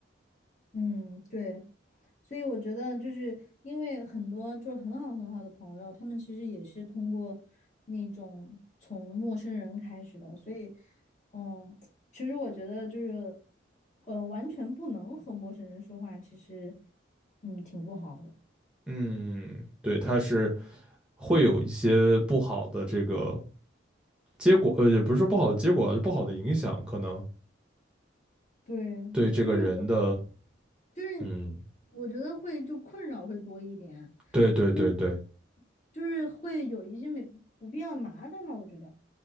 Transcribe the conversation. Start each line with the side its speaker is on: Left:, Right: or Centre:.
Left: 嗯，对。所以我觉得就是因为很多就是很好很好的朋友，他们其实也是通过那种从陌生人开始的，所以嗯，其实我觉得就是嗯，完全不能和陌生人说话，其实嗯挺不好的。
Centre: 嗯，对，他是会有一些不好的这个结果，呃，也不是说不好的结果啊就不好的影响可能。
Left: 对，
Centre: 对这个人的，
Left: 就是我就是
Centre: 嗯，
Left: 我觉得会就困扰会多一点，
Centre: 对对对对，
Left: 就是就是会有一些没不必要的麻烦嘛，我觉得。